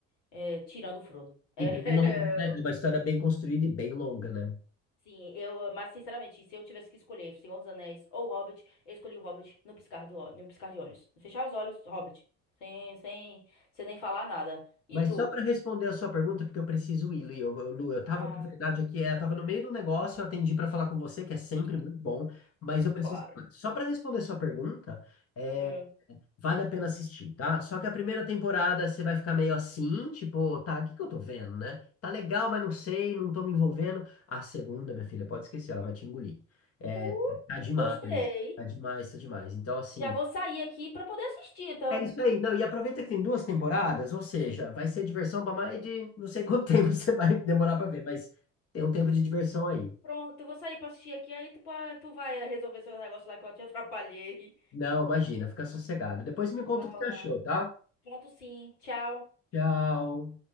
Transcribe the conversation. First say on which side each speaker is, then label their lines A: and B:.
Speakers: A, on the left (about 70°); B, on the left (about 40°).
A: É, tirando o Frodo. <laughs> É,
B: E bem longa, né? É uma história bem construída e bem longa, né?
A: Sim, eu, mas sinceramente, se eu tivesse que escolher Senhor dos Anéis ou Hobbit, eu escolhi o Hobbit no piscar do, ó- no piscar de olhos. Fechar os olhos, Hobbit. Sem, sem, sem nem falar nada. E
B: Mas
A: tu?
B: só para responder a sua pergunta, porque eu preciso ir, Lu, eu, eu, Lu, eu tava,
A: Ah,
B: na verdade, aqui, é, eu tava no meio do negócio, eu atendi para falar com você, que é sempre
A: <laughs>
B: muito bom, mas eu preciso,
A: claro.
B: só para responder a sua pergunta, é,
A: Hum.
B: vale a pena assistir, tá? Só que a primeira temporada você vai ficar meio assim, tipo, tá, o que que eu tô vendo, né? Tá legal, mas não sei, não tô me envolvendo. A segunda, minha filha, pode esquecer, ela vai te engolir. É,
A: Uh,
B: tá demais,
A: gostei.
B: tá demais, tá demais. Então, assim,
A: Já vou sair aqui pra poder assistir, então.
B: É isso aí. Não, e aproveita que tem duas temporadas, ou seja, vai ser diversão para mais de não sei quanto tempo <laughs> você vai demorar para ver, mas tem um tempo de diversão aí.
A: Pronto, eu vou sair pra assistir aqui, aí tu, pa- tu vai eh, resolver seu negócio lá que eu te <laughs> atrapalhei.
B: Não, imagina, fica sossegado. Depois me conta
A: Vai
B: o que
A: lá.
B: você achou, tá?
A: Pronto, sim. Tchau.
B: Tchau.